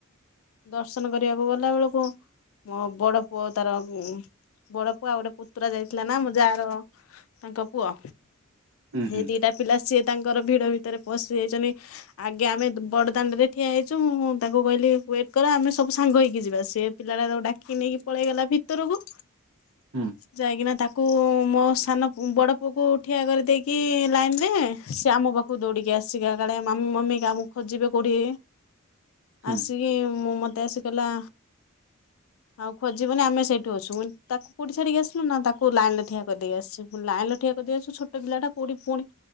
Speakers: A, on the left; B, on the right.
A: ଦର୍ଶନ କରିବାକୁ ଗଲା ବେଳକୁ ମୋ ବଡ ପୁଅ ତାର ବଡ ପୁଅ ଆଉ ଗୋଟେ ପୁତୁରା ଯାଇଥିଲା ନା ମୋ ଜାର ତାଙ୍କ ପୁଅ
B: ହୁଁ
A: ସେ
B: ହୁଁ
A: ଦିଟା ପିଲା ସିଏ ତାଙ୍କର ଭିଡ ଭିତରେ ପଶି ଯାଇଛନ୍ତି। ଆଗେ ଆମେ ବଡଦାଣ୍ଡ ରେ ଠିଆ ହେଇଛୁ ମୁଁ ତାଙ୍କୁ କହିଲି ୱେଟ୍ କର ଆମେ ସବୁ ସାଙ୍ଗ ହେଇକି ଯିବା ସେ ପିଲା ଟା ତାକୁ ଡାକି ନେଇକି ପଳେଇଗଲା ଭିତୁରକୁ
B: ହୁଁ।
A: ଯାଇକି ନା ତା କୁ ମୋ ସାନ ବଡ଼ ପୁଅକୁ ଠିଆ କରିଦେଇକି ଲାଇନ୍ ରେ ସେ ଆମ ପା ଖୁକୁ ଦୌଡ଼ିକି ଆସିଚି, କାଳେ ମାମି ମମି କା ଖୋଜିବେ କଉଠି
B: ହୁଁ
A: ଆସି କି ମୁଁ ମତେ ଆସି କହିଲା ଆଉ ଖୋଜିବନି ଆମେ ସେଇଠୁ ଅଛୁ, ମୁଁ କହିଲି ତାକୁ କୋଉଠି ଛାଡିକି ଆସିଲୁ ନା ତାକୁ କଉ ଲାଇନ୍ ଠିଆ କରିଦେଇ ଆସିଚି, ମୁଁ କହିଲି ଲାଇନ୍ ରେ ଠିଆ କରିଦେଇ ଆସିଛୁ ଛୋଟ ପିଲା କଉଠି ପୁଣି